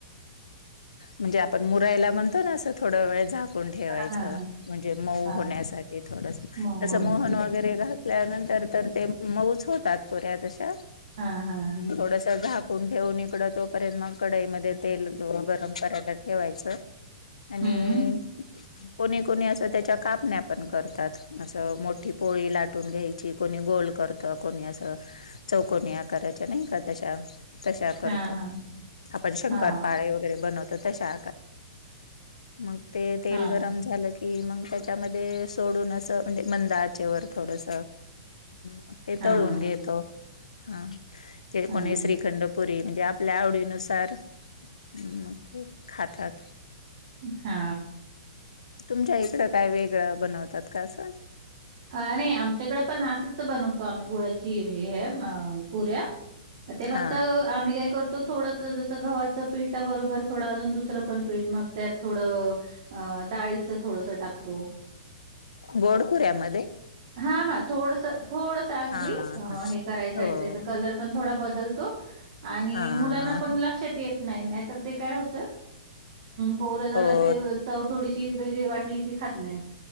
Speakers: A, on the left; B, on the right.
A: म्हणजे आपण मुरायला म्हणतो ना असं थोड वेळ झा ठेवायच
B: हां, हां,
A: म्हणजे
B: हां,
A: मऊ होण्यासाठी
B: हां.
A: थोडस
B: मऊ
A: तस
B: होण्यासाठी.
A: मोहन वगैरे घ ल्यानंतर तर ते मऊच होतात पोऱ्या तशा
B: हां, हां.
A: थोडश झा खून ठेवन इकडं तोपर्यंत मग कडाईमध्ये तेल गरम करायला ठेवायचं. आणि
B: हं.
A: कोणी कोणी असं त्याच्या कापण्या पण करतात. असं मोठी पोळी लाटून घ्यायची कोणी गोल करत कोणी असं. चौक नि आकारच आणि कदशा तशा करत
B: हां, हां.
A: आपण शंकर
B: हां,
A: पाळे वगैरे बनवतो तशा मग ते ते
B: हां,
A: गरम झा कि मग त्याच्यामध्ये सोडून असं म्हणजे मंद आचे वर थोडस मग ते
B: हां,
A: तळून घेतो हा ते
B: हां,
A: कोणी श्रीखंड पुरी म्हणजे आपल्या आवडीनुसार मग ते खातात.
B: हा
A: तुमच्या इकड काय वेगळं बनवतात का असं
B: ह नाही आमच्याकडें पण असंच बनवत म्ही गुळाची म्हे पुऱ्या ते
A: हा
B: फक्त आम्ही काय करतो थोड जस गव्हाचं पेट आहे बरोबर थोडं अजून दुसरं पण पेठ मग त्यात थोडं अ डाळीचं थोडस टाकतो.
A: गोडखुऱ्यामध्ये
B: हा हा थोडस थोडस अगदी
A: हा हा
B: हे करायसाठी
A: हो.
B: त्याच कलर पण थोडा बदलतो आणि
A: हा
B: मुलांना पण लक्षात येत. नाही नाही तर ते काय होत् पोर जरा
A: हो.
B: ते चव थोडीशी वेगळी वाटली की खात नाही.